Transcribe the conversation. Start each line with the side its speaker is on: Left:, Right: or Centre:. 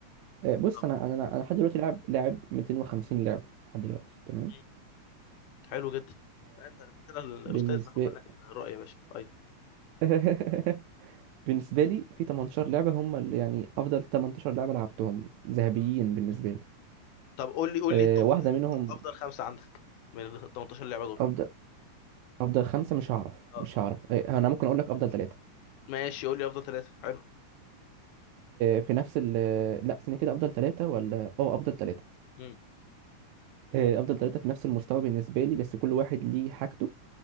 Right: آه، بص
Left: طب
Right: انا
Left: جامد
Right: انا انا أنا لحد دلوقتي لاعب لاعب 250 لعبه لحد دلوقتي تمام
Left: مم. حلو جدا لا انت انت كده الاستاذ
Right: فبالنسبه
Left: ناخد منك الرأي يا باشا ايوه
Right: <laughs> بالنسبه لي في 18 لعبه هم اللي يعني افضل 18 لعبه لعبتهم ذهبيين
Left: اه
Right: بالنسبه لي
Left: طب قول لي قول
Right: آه،
Left: لي التوب
Right: واحده
Left: ال-
Right: منهم
Left: افضل خمسه عندك من ال 18 لعبه دول
Right: افضل افضل خمسه مش هعرف
Left: اه
Right: مش هعرف آه، انا ممكن اقول لك افضل ثلاثه
Left: ماشي قول لي افضل ثلاثه حلو
Right: في نفس ال لا استنى كده افضل ثلاثه ولا اه افضل ثلاثه
Left: امم
Right: آه، افضل ثلاثه في نفس المستوى بالنسبه لي بس كل واحد ليه حاجته